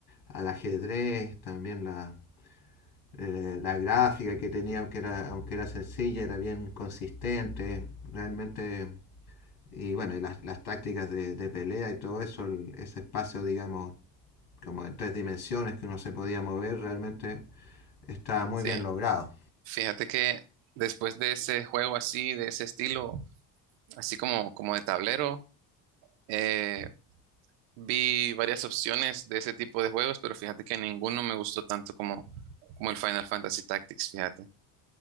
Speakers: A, on the left; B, on the right.
A: al ajedrez, también la, eh, la gráfica que tenía, aunque era, aunque era sencilla, era bien consistente, realmente, y bueno, y las, las tácticas de, de, pelea y todo eso, el, ese espacio, digamos, como en tres dimensiones que uno se podía mover, realmente estaba muy
B: Sí,
A: bien logrado.
B: fíjate que después de ese juego así, de ese estilo, así como, como de tablero, eh, vi varias opciones de ese tipo de juegos, pero fíjate que ninguno me gustó tanto como, como el Final Fantasy Tactics, fíjate.